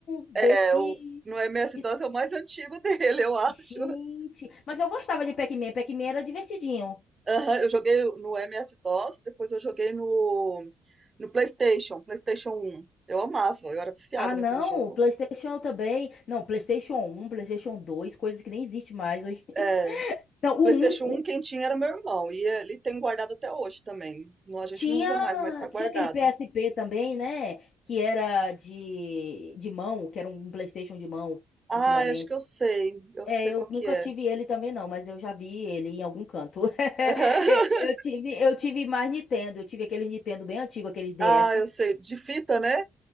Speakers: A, on the left (about 60°); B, on the right (about 30°).
A: desse...
B: É, o, no MS-DOS
A: es-
B: é o mais antigo <laughs> dele, eu
A: Gente...
B: acho.
A: Mas eu gostava de Pac-Man, Pac-Man era divertidinho.
B: Aham, eu joguei no MS-DOS, depois eu joguei no, no PlayStation, PlayStation 1. Eu amava, eu era viciada
A: Ah, não,
B: naquele jogo.
A: o PlayStation eu também. Não, PlayStation um PlayStation dois coisas que nem existe mais hoje.
B: É,
A: Não,
B: o PlayStation
A: o um o-
B: 1 quem tinha era meu irmão, e ele tem guardado até hoje também. Não, a gente
A: tinha,
B: não usa mais, mas tá guardado.
A: tinha aquele PSP também, né? Que era de, de mão, que era um um PlayStation de mão,
B: Ah,
A: antigamente.
B: acho que eu sei, eu
A: É,
B: sei
A: eu
B: qual
A: nunca
B: que é.
A: tive ele também, não, mas eu já vi ele em algum canto. <laughs>
B: <laughs>
A: Eu eu tive, eu tive mais Nintendo, eu tive aquele Nintendo bem antigo, aqueles DS.
B: Ah, eu sei, de fita, né?